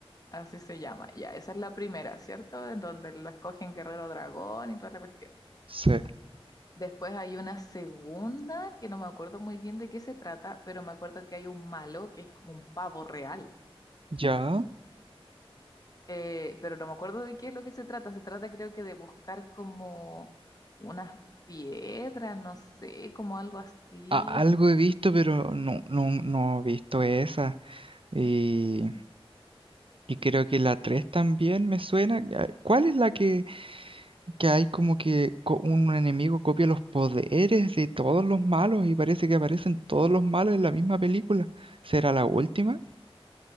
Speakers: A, on the left; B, on the right.
A: así se llama. Ya, esa es la primera, ¿cierto? En donde lo escogen guerrero dragón y toda la cuestión.
B: Sí.
A: Después hay una segunda que no me acuerdo muy bien de qué se trata, pero me acuerdo que hay un malo que es como un pavo real.
B: Ya.
A: Eh, pero no me acuerdo de qué es lo que se trata. Se trata creo que de buscar como unas piedras, no sé, como algo así.
B: a- algo he visto, pero no, no, no he visto esa. Y,
A: Mm.
B: y creo que la 3 también me suena. Ah, ¿Cuál es la que, que hay como que co- un enemigo copia los poderes de todos los malos y parece que aparecen todos los malos en la misma película? ¿Será la última?